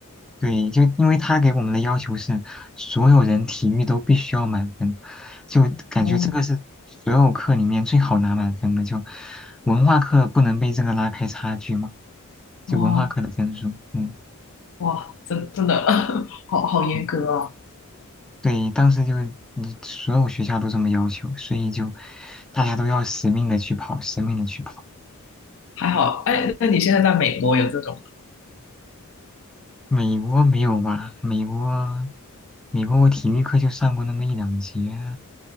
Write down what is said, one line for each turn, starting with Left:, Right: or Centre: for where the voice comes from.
Centre: 对，就因为他给我们的要求是所有人体育都必须要满分，就感觉这个是所有课里面最好拿满分的，
Left: 哦
Centre: 就文化课不能被这个拉开差距嘛，就文化课的分数，
Left: 哦。
Centre: 嗯。
Left: 哇，真真的 <laughs> 好好严格啊！
Centre: 嗯对，当时就你所有学校都这么要求，所以就大家都要死命的去跑，死命的去跑。
Left: 还好，哎，那你现在在美国有这种吗？
Centre: 美国没有吧？美国，美国我体育课就上过那么一两节，